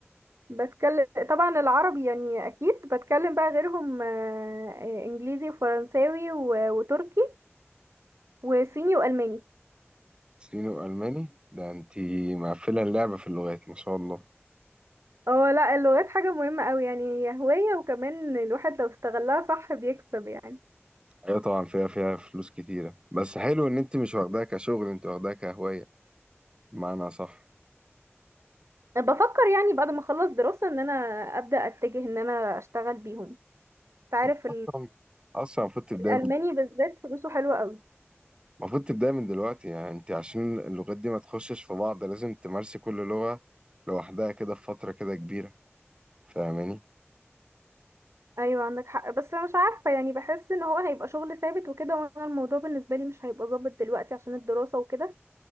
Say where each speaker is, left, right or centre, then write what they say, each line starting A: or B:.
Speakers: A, on the right; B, on the right.
A: بتكلم طبعا العربي يعني أكيد بتكلم بقى غيرهم آه، إيه، إنجليزي وفرنساوي و- وتركي وصيني وألماني
B: صيني والماني ده انت مقفلة اللعبة في اللغات ما شاء الله
A: اه لا اللغات حاجة مهمة أوي يعني هي هواية وكمان الواحد لو استغلها صح بيكسب يعني
B: ايوه طبعا فيها فيها فلوس كتيرة بس حلو ان انت مش واخداها كشغل انت واخداها كهواية بمعنى صح
A: بفكر يعني بعد ما اخلص دراسة ان انا ابدأ اتجه ان انا اشتغل بيهم تعرف
B: انت اصلا اصلا المفروض تبداي
A: الالماني بالذات فلوسه حلوة قوي
B: المفروض تبدأ من دلوقتي يعني انت عشان اللغات دي ما تخشش في بعض لازم تمارسي كل لغة لوحدها كده في فترة كده كبيرة فاهماني؟
A: ايوه عندك حق بس انا مش عارفة يعني بحس ان هو هيبقى شغل ثابت وكده وانا الموضوع بالنسبة لي مش هيبقى ظابط دلوقتي عشان الدراسة وكده